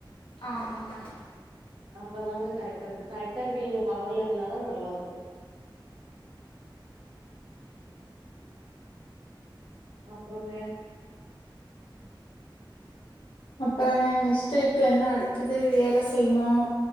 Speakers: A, on the left; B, on the right.
A: ஆமாங்க
B: அப்பதாங்க கரெக்டா இருக்கு கரெக்டா இருக்கீங்க பவர்ல இருந்தாதா நல்லா இருக்கு அப்றோங்க
A: அப்புறங்க நெஸ்ட் இப்ப என்ன அடுத்தது வேல செய்யணு